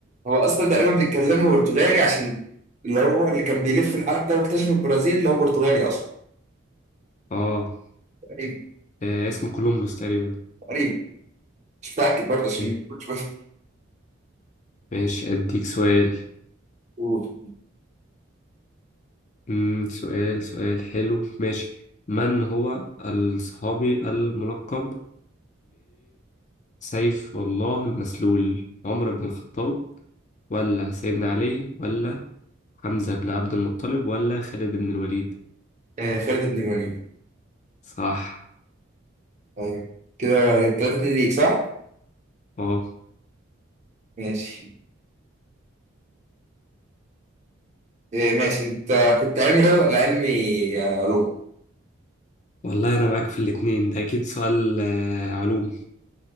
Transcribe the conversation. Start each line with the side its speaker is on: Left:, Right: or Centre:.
Right: هو اصلا تقريبا بيتكلموا برتغالي عشان اللي هو اللي كان بيلف العالم ده واكتشف البرازيل اللي هو برتغالي اصلا
Left: اه
Right: قريب
Left: آه، اسمه كولومبوس تقريبا
Right: قريب مش متأكد برضه عشان
Left: آه،
Right: مش
Left: ماشي اديك سؤال
Right: قلت
Left: مم، سؤال سؤال حلو ماشي من هو الصحابي الملقب سيف الله المسلول عمر بن الخطاب ولا سيدنا علي ولا حمزة بن عبد المطلب ولا خالد بن الوليد
Right: آه خالد بن الوليد
Left: صح
Right: طيب كده 3 2 ليك صح؟
Left: اه
Right: ماشي آه ماشي انت كنت علمي رياضة ولا علمي آه، علوم؟
Left: والله أنا معاك في الاتنين ده أكيد سؤال آه، علوم